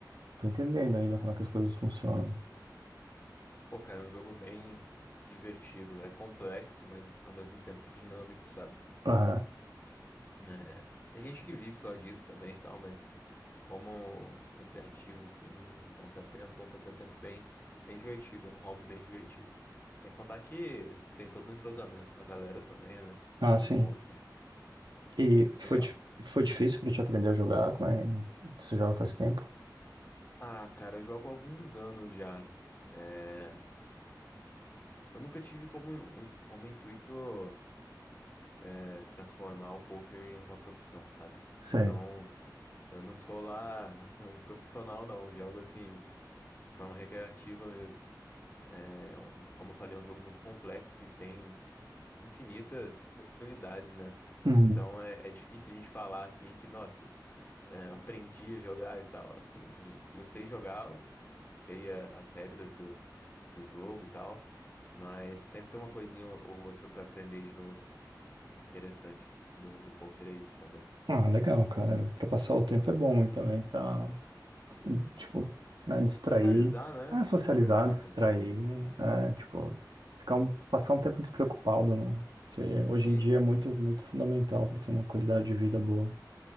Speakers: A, on the right; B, on the left.
A: tô entendendo ainda como é que as coisas funcionam.
B: Pô, cara, é um jogo bem divertido. É complexo, mas ao mesmo tempo dinâmico, sabe?
A: Aham.
B: É, Tem gente que vive só disso também e tal, mas como recreativo, assim, um passatempo, é um passatempo bem, bem divertido, é um hobby bem divertido. Sem contar que tem todo um entrosamento com a galera também, né?
A: Ah, sim.
B: Networking.
A: E foi,
B: Legal.
A: dif- foi difícil pra te aprender a jogar? Como é? Você joga faz tempo?
B: Ah, cara, eu jogo há alguns anos já. É, Eu nunca tive como, como intuito. é, transformar o poker em uma profissão, sabe?
A: Sei.
B: Então, eu não sou lá <laughs> um profissional, não. Eu jogo assim, de forma recreativa mesmo. É, é um- como eu falei, é um jogo muito complexo e tem infinitas possibilidades, né?
A: Uhum.
B: Então é, é difícil a gente falar assim que, nossa, é, aprendi a jogar e tal. Assim, e eu sei jogar, eu sei a- as regras do, do jogo e tal, mas sempre tem uma coisinha ou outra pra aprender de novo interessante do, do poker é isso também.
A: Ah, legal, cara. Pra passar o tempo é bom e também pra tipo, né, distrair,
B: Socializar,
A: é,
B: né?
A: socializar,
B: Conversar
A: distrair,
B: com os amigos.
A: é, tipo, ficar um, passar um tempo despreocupado, né? Isso aí, hoje
B: Sim,
A: em dia é
B: sim.
A: muito, muito fundamental para ter uma qualidade de vida boa.